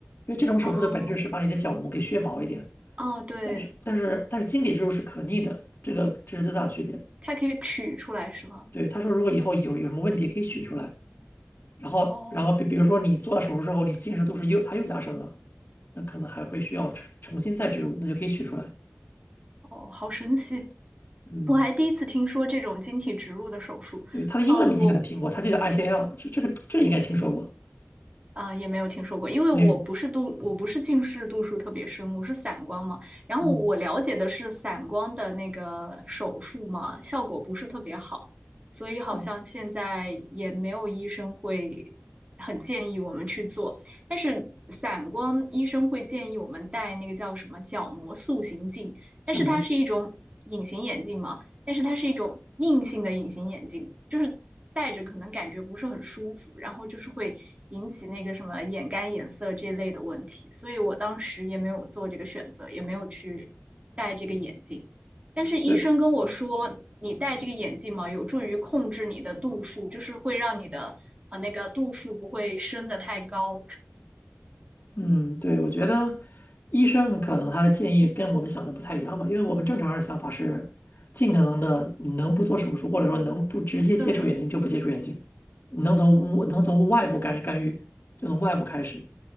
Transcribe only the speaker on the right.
哦哦，对，
它可以取出来是吗？
哦
哦，好神奇！
我还第一次听说这种晶体植入的手术。
呃，我
啊，也没有听说过，因为我不是度，
我不是近视度数特别深，我是散光嘛。然后我了解的是散光的那个手术嘛，
效果不是特别好，所以好像现在也没有医生会很建议我们去做。
但是散光医生会建议我们戴那个叫什么角膜塑形镜，但是它是一种隐形眼镜嘛，
但是它是一种硬性的隐形眼镜，就是戴着可能感觉不是很舒服，然后就是会引起那个什么眼干眼涩这类的问题，所以我当时也没有做这个选择，也没有去戴这个眼镜。但是医生跟我说，
你戴这个眼镜嘛，有助于控制你的度数，就是会让你的啊、呃那个度数不会升得太高。
对，